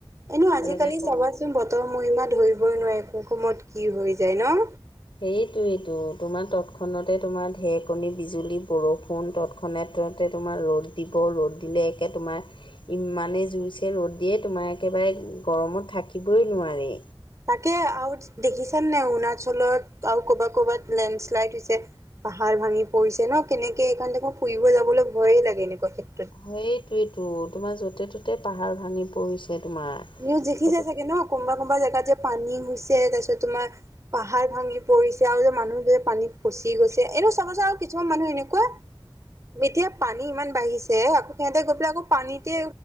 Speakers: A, on the right; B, on the left.
A: এনেও আজিকালি
B: তেনেকৈ কওঁ
A: চাবাচোন বতৰ মহিমা ধৰিবই নোৱাৰি, কোন সময়ত কি হৈ যায় ন?
B: সেইটোৱেইতো তোমাৰ তৎক্ষণাতে তোমাৰ ঢেৰেকণী, বিজুলী, বৰষুণ তৎক্ষ খনাতে তোমাৰ ৰ'দ দিব, ৰ'দ দিলে একে তোমাৰ ইমানে জুইছে ৰ'দ দিয়ে, তোমাৰ একেবাৰে গৰমত থাকিবই নোৱাৰি।
A: তাকে আৰু দেখিছানে নাই? অৰুণাচলত, আৰু কৰ'বাত, কৰ'বাত লেণ্ডশ্লাইড হৈছে। পাহাৰ ভাঙি পৰিছে ন কেনেকে, এইকাৰণে দেখোন ফুৰিব যাবলৈ ভয়ে লাগে এনেকুৱাকে।
B: সেইটোয়েইটো, তোমাৰ যতে-ত'তে পাহাৰ ভাঙি পৰিছে তোমাৰ।
A: নিউজ দেখিছাই
B: সেইটো
A: চাগে ন? কোনোবা কোনোবা জেগাত যে পানী হৈছে, তাৰপিছত তোমাৰ পাহাৰ ভাঙি পৰিছে আৰু যে মানুহ যে পানীত ফচি গৈছে। এনেও চাবাচোন আৰু কিছুমান মানুহ এনেকুৱা এতিয়া পানী ইমান বাঢ়িছে, আকৌ সিহঁতে গৈ পেলাই আকৌ পানীতে